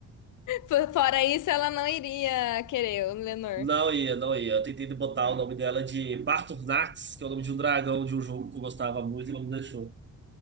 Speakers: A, on the left (about 80°); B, on the right (about 35°).
A: Fo- Fora isso, ela não iria querer o Lenor.
B: Não ia, não ia. Eu tentei botar o nome dela de Barturnax, que é o nome de um dragão de um jogo que eu gostava muito e não me deixou.